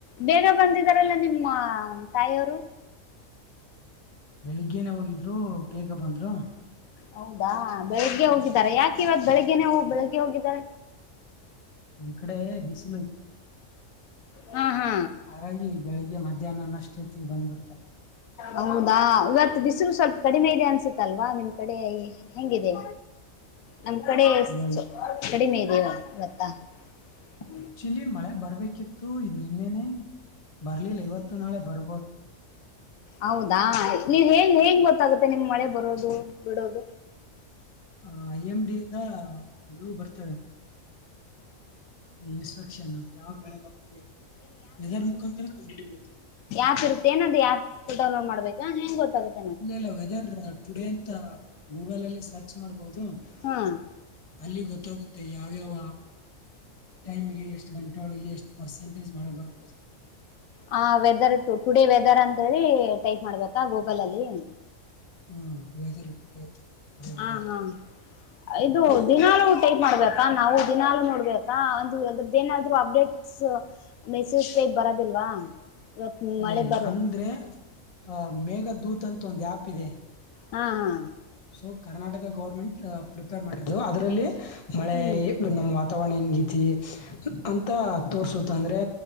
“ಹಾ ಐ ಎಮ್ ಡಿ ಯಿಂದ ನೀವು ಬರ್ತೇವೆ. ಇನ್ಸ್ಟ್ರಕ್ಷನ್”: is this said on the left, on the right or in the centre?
Left